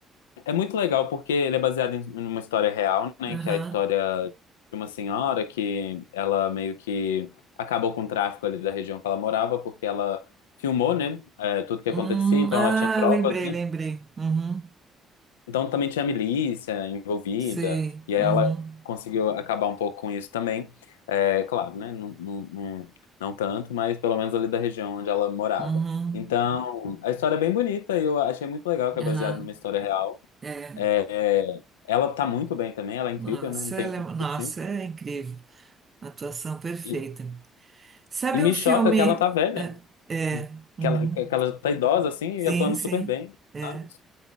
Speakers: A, on the left; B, on the right.
A: É muito legal porque ele é baseado em em uma história real, né?
B: Aham.
A: Que é a história de uma senhora que ela meio que acabou com o tráfico ali da região que ela morava, porque ela filmou, né? é, tudo que
B: Hum,
A: acontecia, então
B: ah,
A: ela tinha provas,
B: lembrei,
A: né?
B: lembrei. Uhum.
A: Então também tinha milícia envolvida,
B: Sei.
A: e
B: Uhum.
A: aí ela conseguiu acabar um pouco com isso também. É, claro, né? Não, não, não, não tanto, mas pelo menos ali da região onde ela morava.
B: Uhum.
A: Então, a história é bem bonita e eu achei muito legal que
B: Aham.
A: é baseado numa história real.
B: É.
A: É, é, ela tá muito bem também, ela é incrível,
B: Nossa,
A: né? Não tenho
B: ela
A: o que
B: é,
A: discutir.
B: nossa, é incrível. Atuação perfeita.
A: E,
B: Sabe
A: e me
B: um filme.
A: choca que ela tá velha,
B: É. é,
A: né?
B: uhum.
A: Que ela, que ela tá idosa assim
B: Sim,
A: e atuando
B: sim.
A: super bem,
B: É.
A: sabe?